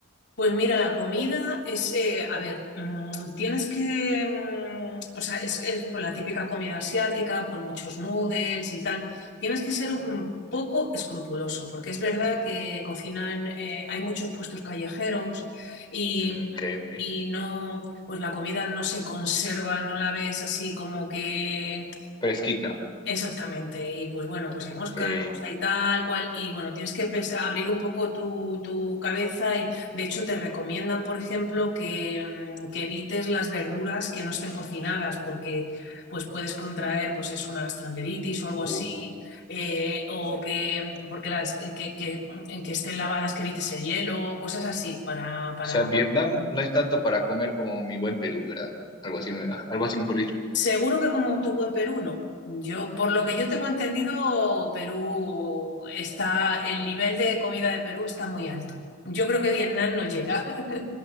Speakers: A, on the left; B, on the left.
A: Pues mira, la comida es, eh, a ver, mm, tienes que, mm, o sea, es, es, pues, la típica comida asiática, pues muchos noodles y tal. Tienes que ser un poco escrupuloso, porque es verdad que cocinan, eh, hay muchos puestos callejeros y,
B: Mm, ok, ok.
A: y no, pues la comida no se conserva, no la ves así como que
B: Fresquita,
A: Exactamente, y pues bueno, pues hay
B: ok.
A: moscas, pues hay tal cual, y bueno, tienes que pens- abrir un poco tu, tu cabeza y de hecho te recomiendan, por ejemplo, que, mm, que evites las verduras que no estén cocinadas porque pues puedes contraer pues es una gastroenteritis o algo así,
B: Uh,
A: eh, o que porque las eh, que, que, mm, que estén lavadas que evites el hielo, cosas así para, para
B: o sea, Vietnam no es tanto para comer como mi buen Perú, ¿verdad? Algo así, me- algo así mejor dicho.
A: Seguro que como tuvo en Perú, no. Yo, por lo que yo tengo entendido, Perú está, el nivel de comida de Perú está muy alto. Yo creo que Vietnam no llega. <laughs>